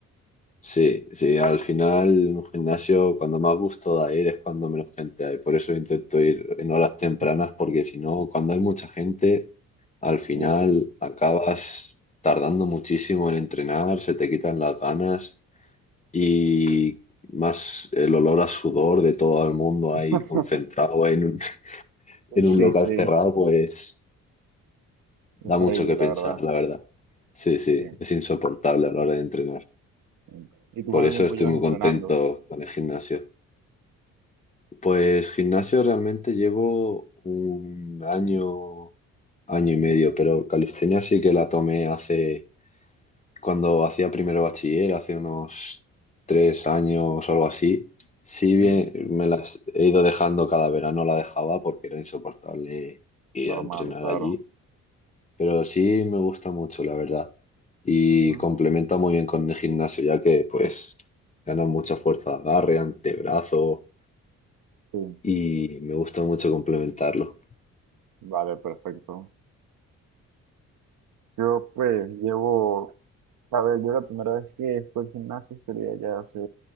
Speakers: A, on the left; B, on the right.
A: Sí, sí, al final un gimnasio cuando más gusto da ir es cuando menos gente hay. Por eso intento ir en horas tempranas
B: <laughs>
A: porque si no, cuando hay mucha gente, al final
B: Sí, sí.
A: acabas tardando muchísimo en entrenar, se te quitan las ganas y más el olor a sudor de todo el mundo
B: <laughs>
A: ahí concentrado en un, <laughs> en un
B: Sí,
A: local
B: sí.
A: cerrado, pues
B: Es
A: da
B: terrible,
A: mucho que
B: la
A: pensar,
B: verdad.
A: la verdad. Sí, sí,
B: Sí.
A: es insoportable a la hora de entrenar.
B: sí. ¿Y tú
A: Por
B: cuánto
A: eso
B: tiempo
A: estoy
B: llevas
A: muy
B: entrenando?
A: contento con el gimnasio. Pues gimnasio realmente llevo un año, año
B: Ujú,
A: y medio, pero calistenia sí que la tomé hace, cuando hacía primero bachiller, hace unos tres años o algo así. Sí
B: ujú,
A: bien, me las he ido dejando cada verano, la dejaba porque era insoportable ir
B: Normal,
A: a entrenar
B: claro.
A: allí, pero sí me gusta mucho, la verdad. Y
B: Ujú,
A: complementa muy bien con el gimnasio, ya que pues ganan mucha fuerza, de agarre, antebrazo,
B: Sí,
A: y me gusta mucho complementarlo.
B: vale, perfecto. Yo pues llevo, a ver, yo la primera vez que estoy al gimnasio sería ya hace